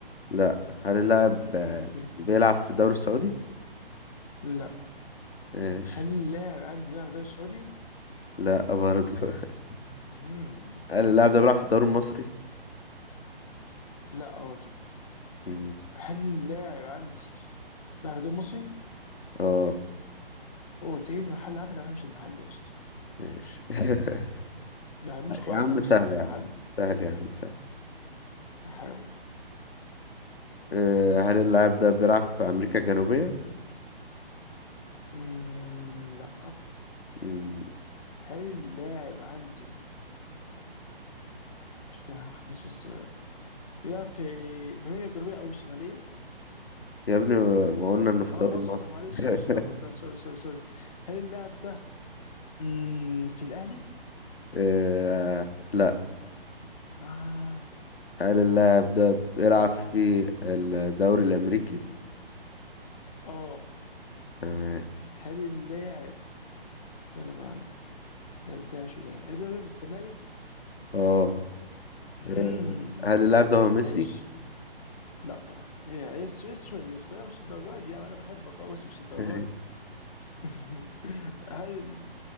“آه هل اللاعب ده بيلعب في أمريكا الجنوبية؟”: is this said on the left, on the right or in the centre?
Left